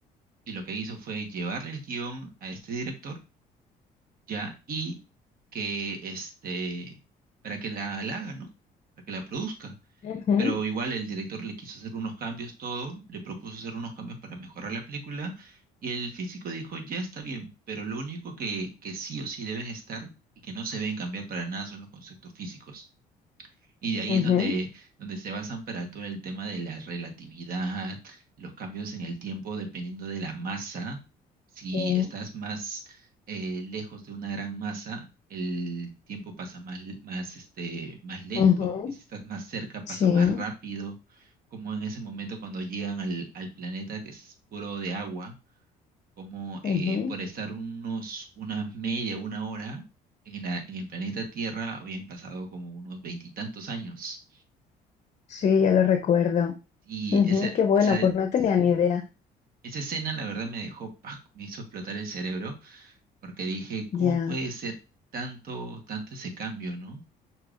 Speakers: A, on the right (about 60°); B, on the left (about 40°).
A: y lo que hizo fue llevarle el guión a este director, ya, y que este, para que la, la haga, ¿no? Para que la produzca.
B: Ujú,
A: Pero igual el director le quiso hacer unos cambios, todo, le propuso hacer unos cambios para mejorar la película, y el físico dijo, ya está bien, pero lo único que, que sí o sí deben estar y que no se deben cambiar para nada son los conceptos físicos. Y de ahí
B: ujú,
A: es donde, donde se basan para todo el tema de la relatividad, los cambios en el tiempo dependiendo de la masa. Si
B: sí,
A: estás más eh, lejos de una gran masa, el tiempo pasa más, l- más, este, más lento,
B: ujú,
A: y si estás más cerca, pasa
B: sí,
A: más rápido, como en ese momento cuando llegan al, al planeta que es puro de agua, como eh,
B: ujú.
A: por estar unos, una media, una hora en la- en el planeta Tierra habían pasado como unos veintitantos años.
B: Sí, ya lo recuerdo.
A: Y
B: Ujú,
A: esa,
B: qué bueno,
A: esa,
B: pues no tenía
A: sí,
B: ni idea.
A: esa escena la verdad me dejó, ¡pac! me hizo explotar el cerebro, porque dije, ¿cómo
B: Ya,
A: puede ser tanto, tanto ese cambio, ¿no?